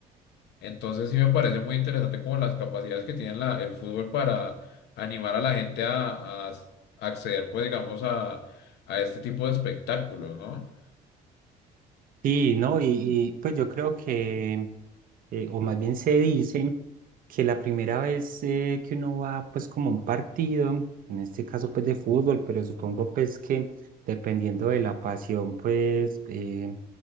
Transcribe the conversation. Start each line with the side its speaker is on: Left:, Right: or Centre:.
Left: Entonces sí me parece muy interesante como las capacidades que tiene la- el fútbol para animar a la gente a, a acceder, pues digamos, a, a este tipo de espectáculos, ¿no?
Right: Sí, ¿no? Y, y, pues yo creo que, eh, o más bien se dice, que la primera vez eh, que uno va pues como a un partido, en este caso pues de fútbol, pero supongo pues que dependiendo de la pasión pues eh,